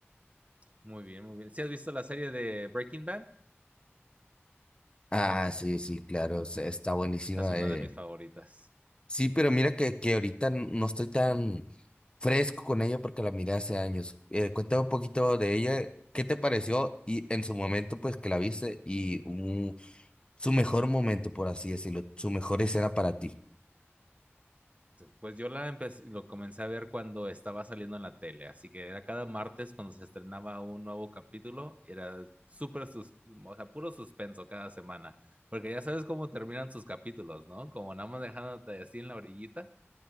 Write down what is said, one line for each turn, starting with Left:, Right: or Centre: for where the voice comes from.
Right: Muy bien, muy bien. ¿Sí has visto la serie de Breaking Bad?
Left: Ah, sí, sí, claro, se- está buenísima.
Right: Esa es una
Left: eh.
Right: de mis favoritas.
Left: Sí, pero mira que, que ahorita n- no estoy tan fresco con ella porque la miré hace años. Eh, cuéntame un poquito de ella, ¿qué te pareció? Y en su momento, pues que la viste y mm, su mejor momento, por así decirlo, su mejor escena para ti.
Right: Pues yo la empecé, lo comencé a ver cuando estaba saliendo en la tele, así que era cada martes cuando se estrenaba un nuevo capítulo, era súper, sus- o sea, puro suspenso cada semana, porque ya sabes cómo terminan sus capítulos, ¿no? Como nada más dejándote así en la orillita.